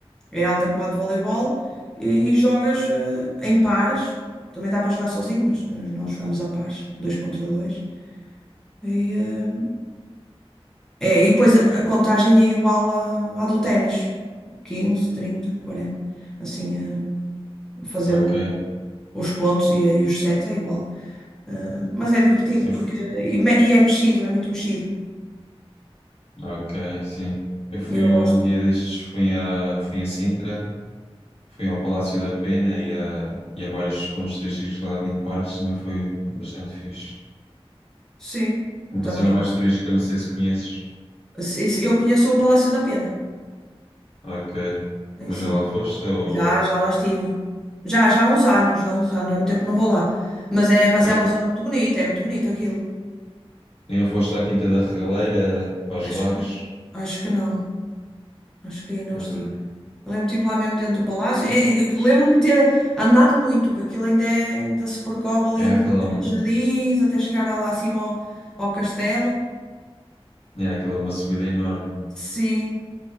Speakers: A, in the centre; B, on the left.
A: É alta como a do voleibol e, e jogas eh, em pares. Também dá para jogar sozinho, mas nós nós jogamos a pares, dois contra dois. E, eh, é, e depois a a contagem é igual à, à do ténis, quinze trinta quarenta Assim, eh, fazer
B: Ok,
A: o- os pontos e, e os sets é igual. Ah, mas é divertido,
B: eu,
A: porque
B: fu-
A: e, me- e é mexido, é muito mexido.
B: ok, sim. Eu fui
A: E eu gosto.
B: um dia destes, fui a, fui a Sintra, fui ao Palácio da Pena e a, e a vários pontos turísticos lá de em parques, também foi bastante fixe.
A: Sim,
B: Uma
A: também.
B: zona mais turística, não sei se conheces.
A: Se- se- Eu conheço o Palácio da Pena,
B: Ok.
A: em
B: Mas
A: si.
B: já lá foste ou...
A: Já, já lá estive. Já, já há uns anos, já há uns anos, há muito tempo que não vou lá. Mas é, mas
B: E
A: é
B: não,
A: uma
B: f-
A: zona muito bonita, é muito bonito aquilo.
B: e não foste à Quinta da Regaleira, aos
A: Acho
B: lagos?
A: que, acho que não. Acho que aí não
B: Ah,
A: estive. Eu Lembro-me estive lá mesmo dentro do palácio. E- e- Lembro-me de ter andado muito, que aquilo ainda, é- ainda se percorre ali
B: é aquela,
A: no meio daqueles jardins, até chegar lá acima ao, ao castelo.
B: é aquela uma subida enorme.
A: Sim,